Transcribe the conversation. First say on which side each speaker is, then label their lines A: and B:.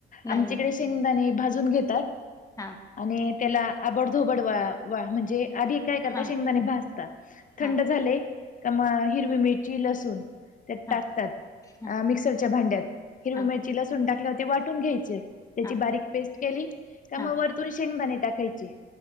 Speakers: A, on the left; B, on the left.
A: नाही
B: आमच्याकडे
A: नाही
B: शेंगदाणे भाजून घेतात.
A: हां
B: आणि त्याला आबडधोबड वा वा म्हणजे आधी काय करता
A: हां
B: शेंगदाणे भासता थंड
A: हां
B: झाले का म हिरवी मिरची लसूण त्यात
A: हां
B: टाकतात
A: हां
B: मिक्सरच्या भांड्यात हिर
A: हां
B: मिरची
A: हां
B: ल टाकल्याव ते वाटून घ्यायचे. त्याची
A: हां
B: बारीक पेस्ट केली का
A: हां
B: मग वरतून शेंगदाणे टाकायची